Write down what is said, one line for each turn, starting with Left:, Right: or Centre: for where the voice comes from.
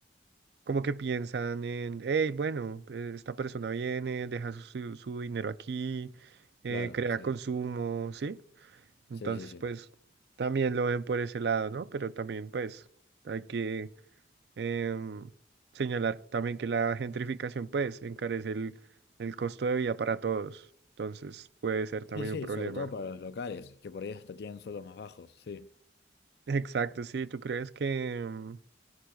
Right: como que piensan en, hey, bueno, eh, esta persona viene, deja su, su- su dinero aquí, eh,
Left: claro,
Right: crea
Left: sí.
Right: consumo, ¿sí? Entonces,
Left: Sí, sí, sí.
Right: pues, también lo ven por ese lado, ¿no? Pero también, pues, hay que em, señalar también que la gentrificación, pues, encarece el, el costo de vida para todos. Entonces, puede ser también
Left: Sí, sí,
Right: un problema.
Left: sobre todo para los locales, que por ahí hasta tienen sueldos más bajos, sí.
Right: <laughs> Exacto, sí. ¿Tú crees que, em,